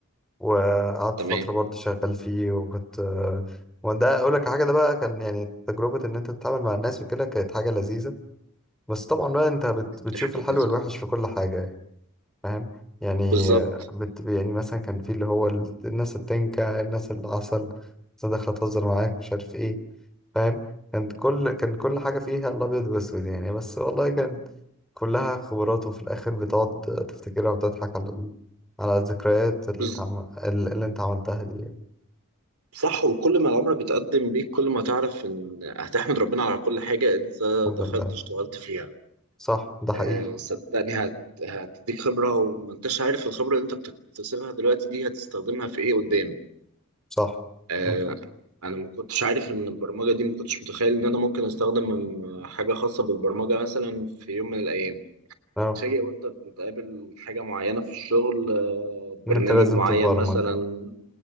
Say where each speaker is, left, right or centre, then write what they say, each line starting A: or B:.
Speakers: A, in the centre; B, on the right (about 85°).
A: وقعدت
B: تمام
A: فترة برضو شغال فيه وكنت آه وده أقول لك حاجة ده بقى كان يعني تجربة إن أنت تتعامل مع الناس وكده كانت حاجة لذيذة بس طبعا بقى أنت بت بتشوف
B: دي حاجه
A: الحلو
B: كويسه
A: والوحش في كل حاجة يعني. فاهم يعني
B: بالظبط
A: آه، بت... يعني مثلا كان في اللي هو ال- الناس التنكة الناس العسل الناس داخلة تهزر معاك مش عارف ايه فاهم كان كل كان كل حاجة فيها الأبيض والأسود يعني بس والله كان كلها خبرات وفي الآخر بتقعد تفتكرها وتضحك على ال... على الذكريات اللي
B: بز...
A: انت عم... ال- اللي انت عملتها دي يعني
B: صح وكل ما العمر بيتقدم بيك كل ما تعرف ان هتحمد ربنا على كل حاجه انت
A: الحمد
B: دخلت
A: لله
B: اشتغلت فيها
A: صح ده حقيقي
B: آه، صدقني هت... هتديك خبرة ومنتش عارف الخبرة اللي انت بتكتسبها دلوقتي دي هتستخدمها في ايه قدام
A: صح
B: آه،
A: صح.
B: انا ما كنتش عارف ان البرمجة دي ما كنتش متخيل ان انا ممكن استخدم من حاجة خاصة بالبرمجة مثلا في يوم من الايام
A: اه
B: تتفاجئ وانت بتقابل حاجة معينة في الشغل آه،
A: ان
B: برنامج
A: انت لازم
B: معين
A: تبرمج
B: مثلا